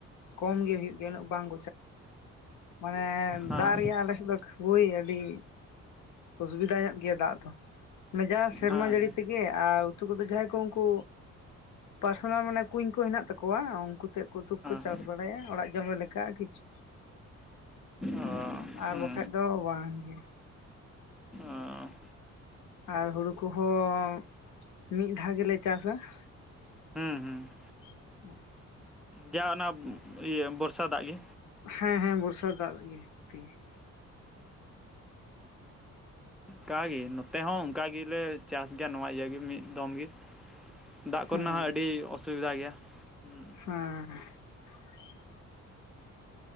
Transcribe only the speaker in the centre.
ᱦᱮᱸ
ᱦᱮᱸ
ᱦᱮᱸ
ᱚ
ᱦᱩᱸ
ᱚᱻ
ᱦᱩᱸ ᱦᱩᱸ ᱾
ᱡᱟᱦᱟᱸ ᱚᱱᱟ ᱤᱭᱟᱹ ᱵᱚᱨᱥᱟ ᱫᱟᱜ ᱜᱮ᱾
ᱠᱟᱜᱤ ᱱᱚᱛᱮ ᱦᱚᱸ ᱩᱝᱠᱟ ᱜᱮᱞᱮ ᱪᱟᱥ ᱜᱮᱭᱟ ᱱᱚᱣᱟ ᱤᱭᱟᱹ ᱜᱮ ᱢᱤᱫ ᱫᱚᱢ ᱜᱮ ᱾ ᱫᱟᱜ ᱠᱚᱨᱮ
ᱱᱟᱦᱟᱜ ᱟᱹᱰᱤ ᱚᱥᱩᱵᱤᱫᱷᱟ ᱜᱮᱭᱟ ᱦᱩᱸ᱾